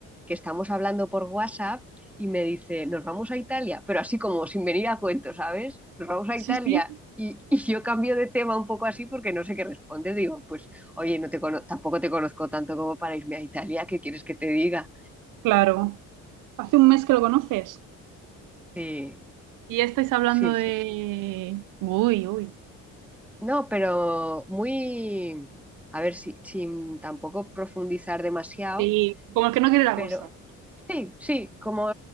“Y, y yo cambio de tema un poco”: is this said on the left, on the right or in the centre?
Centre